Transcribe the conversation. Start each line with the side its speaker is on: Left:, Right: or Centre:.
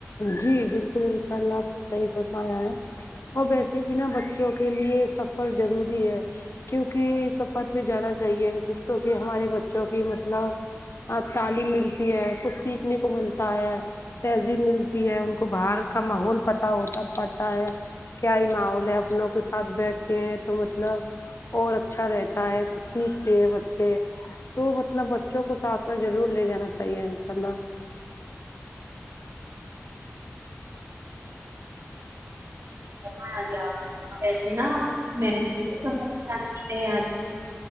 Left: جی بالکل انشاء اللہ آپ نے صحیح فرمایا ہے اور ویسے بھی ںا بچوں کے لیے سفر ضروری ہے کیونکہ سفر پے جانا چاہیے جس سے کہ ہمارے بچوں کی مطلب تعلیم ملتی ہے کچھ سیکھنے کو ملتا ہے تہذیب ملتی تی ہے ان کو باہر کا ماحول پتا ہوتا پڑتا ہے کیا ہی ماحول ہے اپنوں کے ساتھ بیٹھتے ہیں تو مطلب اور اچھا رہتا ہے کچھ سیکھتے ہیں بچے تو مطلب بچوں کو ساتھ میں ضرور لے جانا چاہیے انشاء اللہ
Right: فرمایا گیا اب اسے نا میں بھی